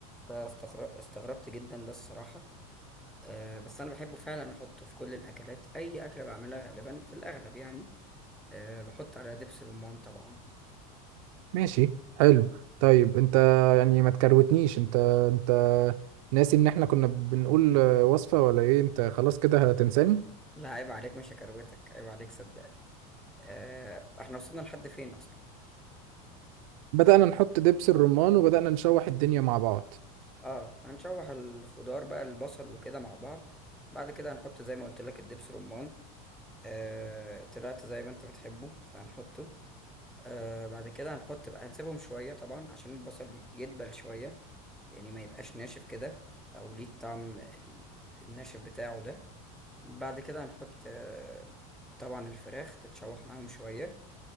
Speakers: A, in the centre; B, on the right.
A: فاستغربت جدا ده الصراحة آه، بس انا بحبه فعلا احطه في كل الاكلات اي اكله بعملها غالبا في الاغلب يعني أه بحط عليها دبس رمان طبعا
B: ماشي حلو طيب انت يعني ما تكروتنيش انت انت ناسي ان احنا كنا بنقول وصفه ولا ايه انت خلاص كده هتنساني
A: لا عيب عليك مش هكروتك عيب عليك صدقني أه احنا وصلنا لحد فين اصلا
B: بدأنا نحط دبس الرمان وبدأنا نشوح الدنيا مع بعض
A: اه هنشوح الخضار بقى البصل وكده مع بعض بعد كده هنحط زي ما قلت لك الدبس رمان أه طلعت زي ما انت بتحبه فهنحطه أه بعد كده هنحط بقى هنسيبهم شويه طبعا عشان البصل يدبل شويه يعني ما يبقاش ناشف كده او ليه الطعم ال- الناشف بتاعه ده بعد كده هنحط آه، طبعا الفراخ تتشوح معاهم شوية